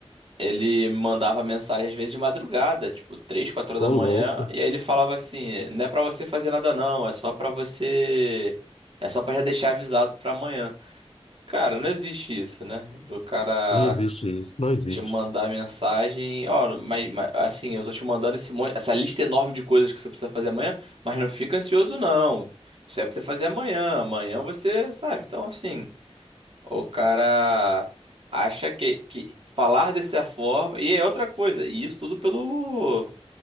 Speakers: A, on the right (about 55°); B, on the left (about 65°).
A: Ele mandava mensagem às vezes de madrugada, tipo três, quatro horas
B: Ô,
A: da manhã,
B: louco,
A: e aí ele falava assim: "Não é pra você fazer nada não, é só pra você, é só pra já deixar avisado pra amanhã". Cara, não existe isso, né? Do cara
B: não existe isso, não existe.
A: te mandar mensagem, ó, mas, mas, assim, eu tô te mandando esse monte, essa lista enorme de coisas que você precisa fazer amanhã, mas não fica ansioso não. Isso é pra você fazer amanhã, amanhã você, sabe? Então, assim, o cara acha que, que falar dessa forma. E é outra coisa, e isso tudo pelo,